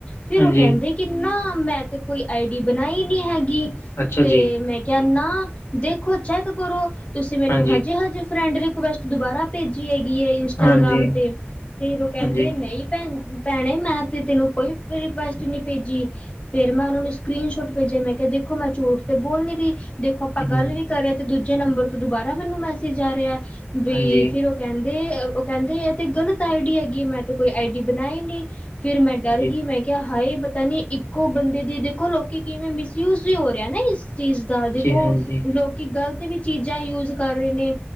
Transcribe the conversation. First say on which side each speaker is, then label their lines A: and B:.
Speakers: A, on the left; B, on the left.
A: ਫਿਰ
B: ਹਾਂਜੀ
A: ਉਹ ਕਹਿੰਦੇ, ਕਿ ਨਾ ਮੈਂ ਤੇ ਕੋਈ ਆਈਡੀ ਬਣਾਈ ਨਹੀਂ ਹੈਗੀ,
B: ਅੱਛਾ
A: ਤੇ
B: ਜੀ
A: ਮੈਂ ਕਹਣਾ, ਦੇਖੋ ਚੈੱਕ ਕਰੋ। ਤੁਸੀਂ ਮੈਨੂੰ
B: ਹਾਂਜੀ
A: ਹਜੇ-ਹਜੇ ਫਰੈਂਡ ਰਿਕੁਐਸਟ ਦੁਬਾਰਾ ਭੇਜੀ ਹੈਗੀ ਏ ਇੰਸਟਾਗ੍ਰਾਮ
B: ਹਾਂਜੀ
A: 'ਤੇ। ਫੇਰ ਉਹ ਕਹਿੰਦੇ,
B: ਹਾਂਜੀ
A: ਨਹੀਂ ਭੈ-ਭੈਣੇ ਮੈਂ ਤੇ ਤੈਨੂੰ ਕੋਈ ਰਿਕੁਐਸਟ ਨਹੀਂ ਭੇਜੀ। ਫੇਰ, ਮੈਂ ਉਹਨਾਂ ਨੂੰ ਸਕਰੀਨ ਸ਼ੋਟ ਭੇਜਿਆ, ਮੈਂ ਕਿਹਾ ਦੇਖੋ ਮੈਂ ਝੂਠ ਤੇ ਬੋਲ ਨੀ ਰਹੀ ਦੇਖੋ ਆਪਾਂ
B: ਹੂੰ
A: ਗੱਲ
B: ਹਾਂਜੀ
A: ਵੀ ਕਰੇ ਤੇ ਦੂਜੇ ਨੰਬਰ ਤੋਂ ਦੁਬਾਰਾ ਮੈਨੂੰ ਮੈਸੇਜ ਆ ਰਿਹਾ। ਬਈ
B: ਹਾਂਜੀ
A: ਫਿਰ ਔ ਕਹਿੰਦੇ, ਉਹ ਕਹਿੰਦੇ ਇਹ ਤੇ ਗ਼ਲਤ ਆਈ-ਡੀ ਹੈਗੀ, ਮੈਂ ਤੇ ਕੋਈ ਆਈ-ਡੀ ਬਣਾਈ ਨੀ। ਫਿਰ ਮੈਂ ਡਰ ਗਈ,
B: ਹਾਂਜੀ
A: ਮੈਂ ਕਿਹਾ ਹਾਏ ਪਤਾ ਨਹੀਂ, ਇੱਕੋ ਬੰਦੇ ਦੀ ਦੇਖੋ ਲੋਕੀ ਕਿਵੇਂ ਮਿਸਯੂਜ ਵੀ ਹੋਏ ਤੇ ਹੈ ਨਾ ਇਸ ਚੀਜ਼ ਦਾ, ਦੇਖੋ
B: ਹਾਂਜੀ
A: ਲੋਕੀ ਗ਼ਲਤ ਵੀ ਚੀਜ਼ਾਂ ਯੁਜ਼ ਕਰ ਰਹੇ ਨੇ।